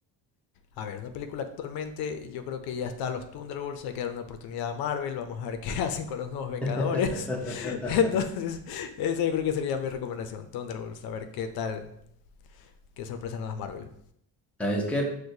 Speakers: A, on the left; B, in the centre.
A: A ver, una película actualmente, yo creo que ya está los Thunderbolts, hay que dar una oportunidad a Marvel, vamos a ver qué <laughs> hacen con los nuevos Vengadores.
B: <laughs>
A: <laughs> Entonces, esa yo creo que sería mi recomendación, Thunderbolts, a ver qué tal, qué sorpresa nos da Marvel.
B: ¿Sabes qué?